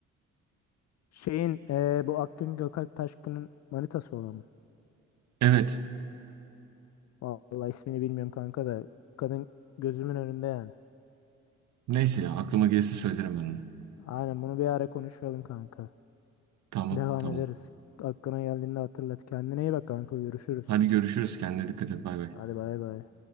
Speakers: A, on the left; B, on the right.
A: Şeyin e, bu Akgün Gökalp Taşkın'ın manitası olan mı?
B: Evet.
A: Vallahi ismini bilmiyorum kanka da. Kadın gözümün önünde yani.
B: Neyse ya aklıma gelirse söylerim ben onu.
A: Aynen bunu bir ara konuşalım kanka.
B: Tamam
A: Devam
B: tamam.
A: ederiz. Aklına geldiğinde hatırlat. Kendine iyi bak kanka. Görüşürüz.
B: Hadi görüşürüz. Kendine dikkat et. Bay bay.
A: Hadi bay bay.